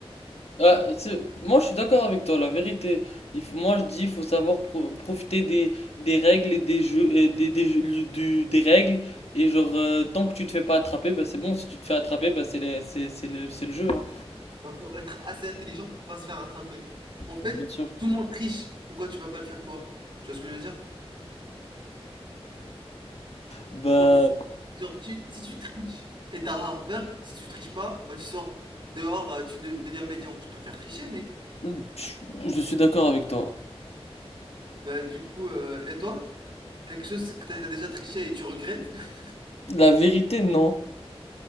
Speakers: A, on the left (about 75°); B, on the right (about 50°).
A: Ah, c'est- moi, je suis d'accord avec toi, la vérité. Il faut, moi, je dis, il faut savoir pro- profiter des, des règles et des jeux, et des, des, jeux- du- du- des règles. Et genre, euh, tant que tu te fais pas attraper, bah, c'est bon. Si tu te fais attraper, bah, c'est les- c'est, c'est le, c'est le jeu, hein.
B: Il faut être assez intelligent pour pas se faire attraper. En fait,
A: Mais bien sûr.
B: tout le monde triche. Pourquoi tu vas pas le faire toi Tu vois ce que je veux dire
A: Bah,
B: Genre, si- genre, tu- si tu triches et t'as rare verte, si tu triches pas, bah tu sors dehors, euh, tu de- deviens médian. Je préfère tricher, mec.
A: je je suis d'accord avec toi.
B: Bah du coup, euh, et toi T'as quelque chose que t'as déjà triché et tu regrettes <laughs>
A: La vérité, non.